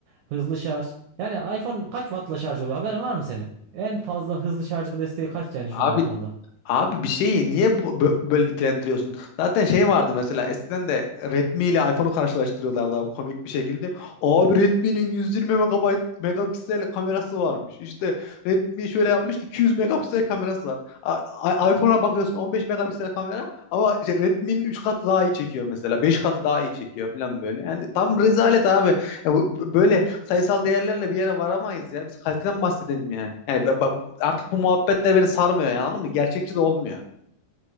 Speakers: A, on the right (about 85°); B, on the left (about 80°).
A: hızlı şarj. Yani iPhone kaç wattla şarj oluyor? Haberin var mı senin? En fazla hızlı şarj desteği kaç yani
B: Abi
A: şu an iPhone'da?
B: Abi bir şeyi niye bu, bö- böyle nitelendiriyorsun? Zaten şey vardı mesela eskiden de Redmi ile iPhone'u karşılaştırıyorlardı abi komik bir şekilde. Abi Redmi'nin 120 megabayt megapiksel kamerası varmış. İşte Redmi şöyle yapmış 200 megapiksel kamerası var. A- a- iPhone'a bakıyorsun 15 megapiksel kamera ama işte Redmi'nin 3 katı daha iyi çekiyor mesela. beş katı daha iyi çekiyor falan böyle. Yani tam rezalet abi. Ya bu- bu- böyle sayısal değerlerle bir yere varamayız ya. Biz kaliteden bahsedelim yani. Yani ben- ben- artık bu muhabbetler beni sarmıyor yani anladın mı? Gerçekçi de olmuyor.